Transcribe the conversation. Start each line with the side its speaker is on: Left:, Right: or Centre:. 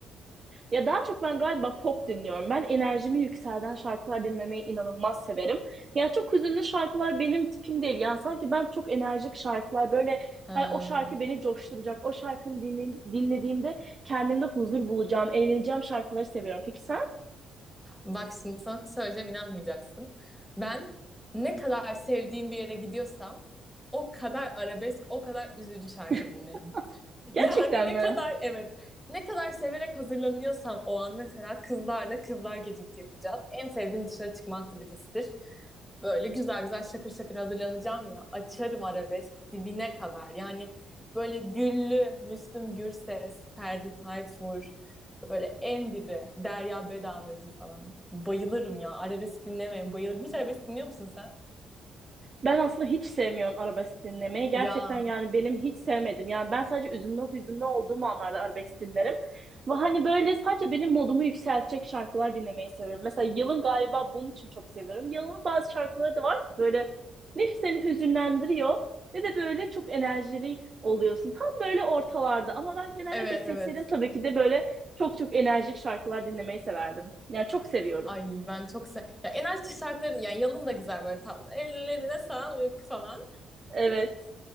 Right: Ya daha çok ben galiba pop dinliyorum. Ben enerjimi yükselten şarkılar dinlemeyi inanılmaz severim. Yani çok hüzünlü şarkılar benim tipim değil. Yani sanki ben çok enerjik şarkılar böyle
Centre: Ha,
Right: hani o şarkı beni coşturacak. O şarkını dinle- dinlediğimde kendimde huzur bulacağım, eğleneceğim şarkıları seviyorum. Peki sen?
Centre: bak şimdi sana söyleyeceğim inanmayacaksın. Ben ne kadar sevdiğim bir yere gidiyorsam o kadar arabesk o kadar üzücü şarkı
Right: <laughs>
Centre: dinlerim.
Right: Gerçekten
Centre: Yani ne
Right: mi?
Centre: kadar evet ne kadar severek hazırlanıyorsam o an mesela kızlarla kızlar gecesi yapacağız. En sevdiğim dışarı çıkma aktivitesidir. Böyle güzel güzel şakır şakır hazırlanacağım ya açarım arabesk dibine kadar. Yani böyle Güllü, Müslüm Gürses, Ferdi Tayfur böyle en dibi Derya Bedavacı falan. Bayılırım ya arabesk dinlemeye bayılırım. Hiç arabesk dinliyor musun sen?
Right: Ben aslında hiç sevmiyorum arabesk dinlemeyi. Gerçekten
Centre: Ya
Right: yani benim hiç sevmedim. Yani ben sadece üzünlü hüzünlü olduğum anlarda arabesk dinlerim. Ve hani böyle sadece benim modumu yükseltecek şarkılar dinlemeyi seviyorum. Mesela Yıl'ın galiba bunun için çok seviyorum. Yıl'ın bazı şarkıları da var ki böyle ne seni hüzünlendiriyor ne de böyle çok enerjili oluyorsun. Tam böyle ortalarda ama ben genellikle
Centre: evet
Right: seçseydim
Centre: evet.
Right: tabii ki de böyle çok çok enerjik şarkılar dinlemeyi severdim. Yani çok seviyorum.
Centre: Ay ben çok se ya enerjik şarkıları yani Yalın da güzel böyle tatlı. Ellerine sağlık falan
Right: Evet,